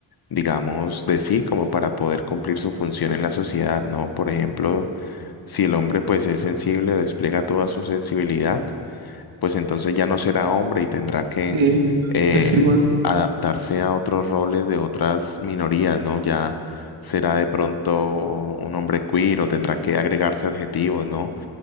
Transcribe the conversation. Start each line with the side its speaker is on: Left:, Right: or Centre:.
Left: digamos, de sí, como para poder cumplir su función en la sociedad, ¿no? Por ejemplo, si el hombre pues es sensible o despliega toda su sensibilidad, pues entonces ya no será hombre y tendrá que
Right: Sí,
Left: eh,
Right: es igual.
Left: adaptarse a otros roles de otras minorías, ¿no? Ya será de pronto un hombre queer o tendrá que agregarse adjetivos, ¿no?